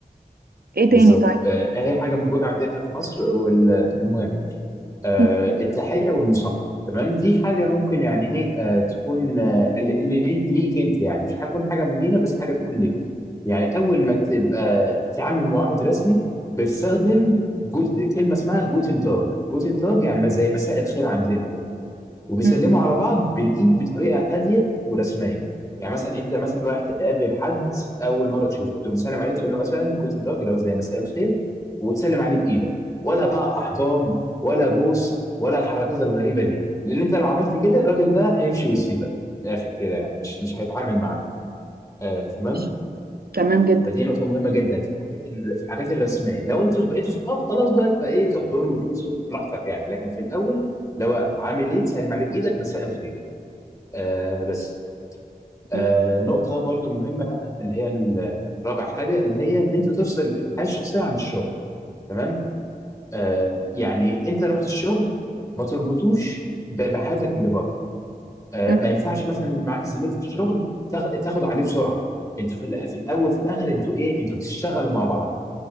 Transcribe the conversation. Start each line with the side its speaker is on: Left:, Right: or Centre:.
Right: ايه تاني
Left: بالظبط
Right: طيب
Left: آه هي حاجه موجوده عندنا في مصر والمهم آه،
Right: <laughs>
Left: التحية والمصافحة تمام دي حاجة ممكن يعني ايه آه، تكون آه، ل- ل- ليك انت يعني مش هتكون حاجة مهينة بس حاجة تكون ليك يعني اول ما تبقى بتتعامل مع واحد رسمي بتستخدم جزء كلمة اسمها جوتن تاج جوتن تاج يعني زي مساء الخير عندنا كده وبيسلموا
Right: م- م-
Left: على بعض بالايد بطريقه هاديه ورسميه يعني مثلا انت مثلا رايح تقابل حد اول مره تشوفه تقوم مسلم عليه تقول له مثلا جوتن تاج اللي هو زي مساء الخير وتسلم عليه بايدك ولا بقى احضان ولا بوس ولا الحركات الغريبه دي لان انت لو عملت كده الراجل ده هيمشي ويسيبك من الاخر كده يعني مش مش هيتعامل معاك آه تمام
Right: ماشي تمام جدا
Left: فدي نقطه مهمه جدا في الحاجات ال- في الحاجات الرسميه لو انتوا بقيتوا صحاب خلاص بقى فايه تحضنوا وتبوسوا براحتك يعني لكن في الاول لو عامل ايه تسلم عليه بايدك مساء الخير آه بس
Right: <laughs>
Left: آه
Right: م-
Left: نقطة برضو مهمة اللي هي الرابع حاجة اللي هي إن أنت تفصل الحياة الشخصية عن الشغل تمام آه يعني أنت رحت الشغل ما تربطوش ب- بحياتك اللي بره آه
Right: م-
Left: ما ينفعش مثلا معاك زميل في الشغل تاخ- تاخد عليه بسرعة أنتوا في الأ- في الأول في الآخر أنتوا إيه أنتوا بتشتغلوا مع بعض